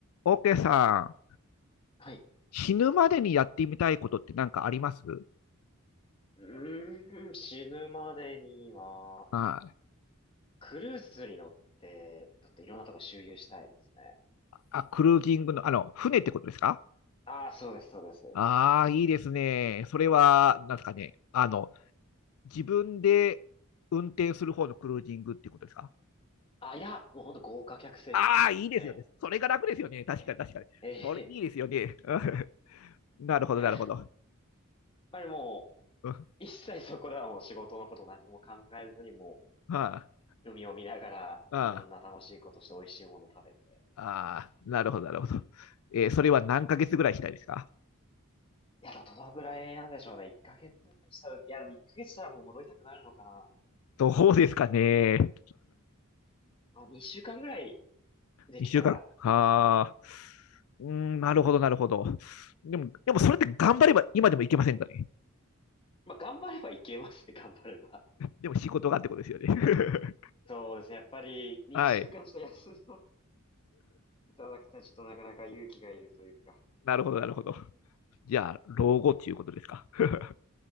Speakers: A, on the left; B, on the left.
A: オーケーさん、
B: はい。
A: 死ぬまでにやってみたいことって何かあります
B: うーん、死ぬまでには、
A: はい。
B: クルーズに乗って、だっていろんなとこ周遊したいですね。
A: あ、クルージングの、あの、船ってことですか
B: ああ、そうです、そうです。
A: ああー、いいですね。それは、なんですかね。あの、自分で運転する方のクルージングっていうことですか
B: あ、いや、もうほんと豪華客船に乗って、
A: ああー、いいですよね。それが楽ですよね。確かに、
B: えー、
A: 確かに。
B: え
A: それいいですよね。うんなるほど、
B: ー、やっ
A: なるほど。
B: ぱりもう、
A: うん
B: 一切そこではもう仕事のこと何も考えずにも
A: はい。
B: う、海を見ながら、
A: ああ、
B: いろんな楽しいことして美味しいもの食べて。
A: ああ、なるほど、なるほど。えーそれは何ヶ月ぐらいしたいですか
B: いや、でもどのぐらいなんでしょうね。1ヶ月したら、いや、でも1ヶ月したらもう戻りたくなるのかな。
A: どうですかね。
B: まあ、2週間ぐらいできたらいいですかね。
A: 2週間。はあ。うーん、なるほど、なるほど。でも、でもそれって頑張れば今でもいけませんかね。
B: まあ、頑張ればいけますね、頑張れば。
A: でも仕事がってことですよね。<laughs>
B: そうですね。やっぱり、2週間ちょっと休んで
A: はい。
B: いただくとちょっとなかなか勇気がいるというか。
A: なるほど、なるほど。じゃあ、老後っていうことですか。<laughs>